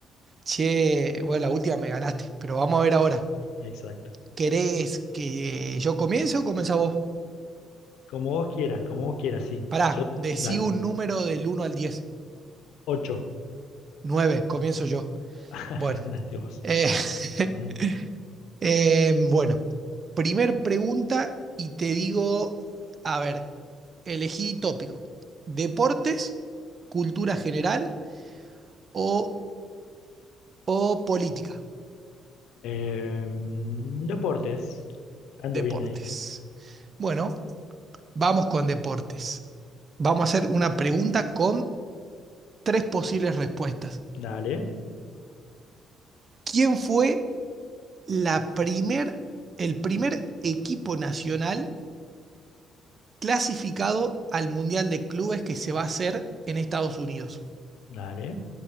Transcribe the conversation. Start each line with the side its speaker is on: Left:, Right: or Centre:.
Right: Che, bueno, la última me ganaste, pero vamos a ver ahora.
Left: Exacto.
Right: ¿Querés que yo comience o comenzás vos?
Left: Como vos quieras, como vos quieras, sí.
Right: Pará,
Left: Yo,
Right: decí
Left: dale.
Right: un número del uno al 10.
Left: Ocho.
Right: 9, comienzo yo.
Left: <laughs>
Right: Bueno.
Left: Ganaste vos.
Right: eh, <laughs>
Left: Eh,
Right: Eh, bueno, primer pregunta y te digo, a ver, elegí tópico, deportes, cultura general o, o política,
Left: eh, deportes. Ando
Right: deportes.
Left: bien ahí.
Right: Bueno, vamos con deportes. Vamos a hacer una pregunta con tres posibles respuestas.
Left: Dale,
Right: ¿Quién fue la primer, el primer equipo nacional clasificado al Mundial de Clubes que se va a hacer en Estados Unidos?
Left: dale.